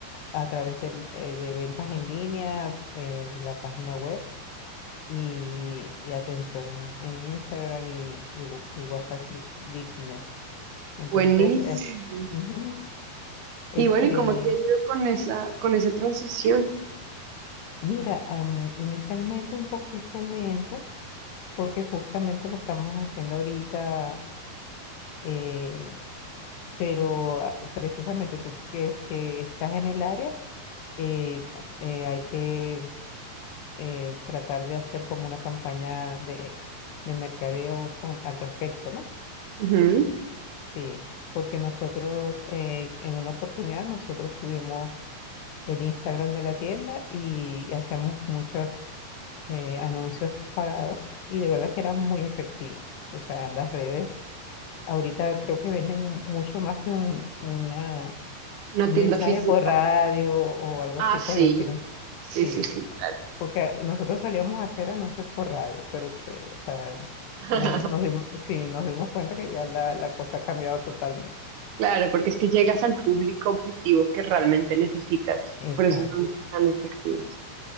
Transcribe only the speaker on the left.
a través del, eh, de ventas en línea, eh, la página web. y, y atención en Instagram y, y Wh- y WhatsApp Bi- Business. Entonces,
eh, ujú, este,
mira, am, inicialmente un poquito lento, porque justamente lo estamos haciendo ahorita, eh, pero ah, precisamente tú que, es que estás en el área, eh, eh, hay que eh, tratar de hacer como una campaña de, de mercadeo con, al respecto, ¿no?
Sí, porque nosotros eh, en una oportunidad nosotros tuvimos el Instagram de la tienda y hacíamos muchos eh, anuncios pagados y de verdad que eran muy efectivos. O sea, las redes ahorita creo que venden mucho más que un, una-
un
mensaje
por radio o algo
así
por el estilo.
Sí,
porque nosotros solíamos hacer anuncios por radio, pero que, o sea,
nos, nos dimos, sí, nos dimos cuenta que ya la, la cosa ha cambiado totalmente.
Exacto,